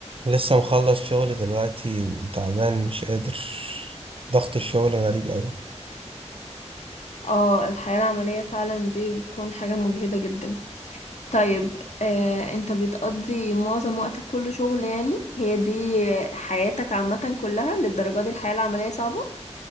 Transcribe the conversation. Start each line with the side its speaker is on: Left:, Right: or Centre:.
Right: لسه مخلص شغل دلوقتي وتعبان مش قادر ضغط الشغل غريب قوي
Left: اه الحياة العملية فعلا دي بتكون حاجة مجهدة جدا طيب آه، انت بتقضي معظم وقتك كله شغل يعني هي دي حياتك عامة كلها للدرجة دي الحياة العملية صعبة؟